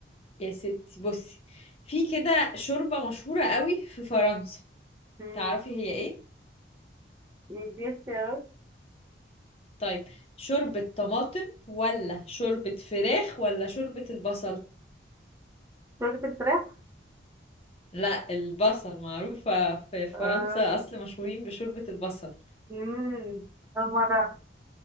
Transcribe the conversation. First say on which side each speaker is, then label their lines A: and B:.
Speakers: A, on the left; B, on the right.
A: يا ستي بصي في كده شوربة مشهورة قوي في فرنسا
B: مم.
A: تعرفي هي ايه
B: يعني دي اختيارات
A: طيب شوربة طماطم ولا شوربة فراخ ولا شوربة البصل
B: شوربة الفراخ
A: لا البصل معروفة في فرنسا
B: آه.
A: اصل مشهورين بشوربة البصل
B: مم. أول مرة أعرف.